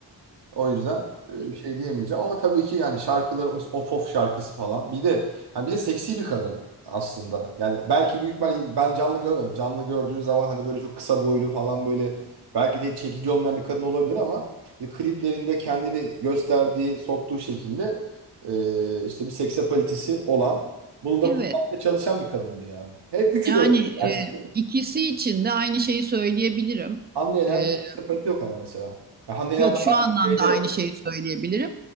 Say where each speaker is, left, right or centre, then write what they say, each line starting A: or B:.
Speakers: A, on the right; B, on the right.
A: O yüzden e, bir şey diyemeyeceğim ama tabii ki yani şarkıları mesela Of Of şarkısı falan. Bir de hani bir de seksi bir kadın aslında. Yani belki büyük ben ben canlı görmedim. Canlı gördüğün zaman hani böyle çok kısa boylu falan böyle belki de hiç çekici olmayan bir kadın olabilir ama işte kliplerinde kendini gösterdiği, soktuğu şekilde e, işte bir seks apalitesi olan bunu da
B: Evet
A: kullanmaya çalışan bir kadındı yani. Hep üçü
B: yani
A: de öyle gerçekten.
B: e, ikisi için de aynı şeyi söyleyebilirim.
A: Hande Yener'de
B: E,
A: seks apaliti yok ama mesela. Ha, Hande Yener'de
B: Yok şu
A: var
B: anlamda
A: mı? Şeyde
B: aynı şeyi söyleyebilirim.